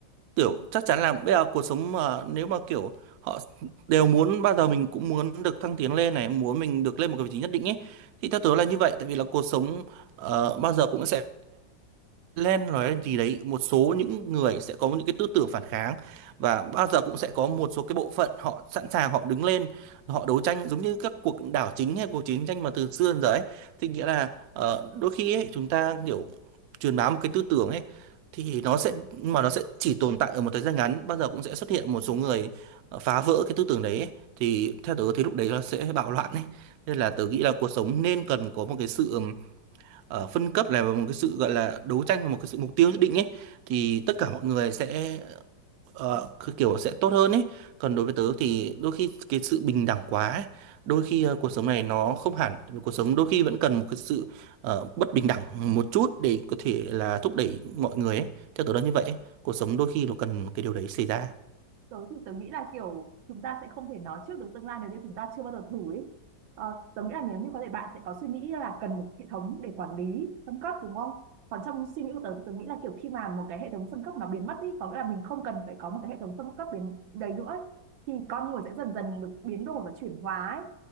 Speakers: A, on the right; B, on the right.
A: kiểu chắc chắn là bây giờ cuộc sống mà nếu mà kiểu họ đều muốn bao giờ mình cũng muốn được thăng tiến lên này muốn mình được lên một cái vị trí nhất định ấy thì theo tớ là như vậy tại vì là cuộc sống ờ, bao giờ cũng sẽ lên nói gì đấy một số những người sẽ có những cái tư tưởng phản kháng và bao giờ cũng sẽ có một số cái bộ phận họ sẵn sàng họ đứng lên họ đấu tranh giống như các cuộc đảo chính hay cuộc chiến tranh mà từ xưa đến giờ ấy thì nghĩa là ờ, đôi khi ấy, chúng ta kiểu truyền bá một cái tư tưởng ấy thì nó sẽ mà nó sẽ chỉ tồn tại ở một thời gian ngắn bao giờ cũng sẽ xuất hiện một số người ờ, phá vỡ cái tư tưởng đấy ấy. thì theo tớ thì lúc đấy nó sẽ bạo loạn ấy nên là tớ nghĩ là cuộc sống nên cần có một cái sự ở phân cấp là một cái sự gọi là đấu tranh và một cái sự mục tiêu nhất định ấy thì tất cả mọi người sẽ ờ, cứ kiểu sẽ tốt hơn ấy còn đối với tớ thì đôi khi cái sự bình đẳng quá ấy, đôi khi ờ, cuộc sống này nó không hẳn cuộc sống đôi khi vẫn cần một cái sự ờ, bất bình đẳng một chút để có thể là thúc đẩy mọi người ấy theo tớ là như vậy ấy. cuộc sống đôi khi nó cần cái điều đấy xảy ra
B: tớ thì tớ nghĩ là kiểu chúng ta sẽ không thể nói trước được tương lai nếu như chúng ta chưa bao giờ thử ấy ờ, tớ nghĩ là nếu như có thể bạn sẽ có suy nghĩ là cần một hệ thống để quản lý phân cấp đúng không còn trong suy nghĩ của tớ thì tớ nghĩ là kiểu khi mà một cái hệ thống phân cấp nó biến mất đi có nghĩa là mình không cần phải có một cái hệ thống phân cấp biến đầy nữa ấy, thì con người sẽ dần dần được biến đổi và chuyển hóa ấy.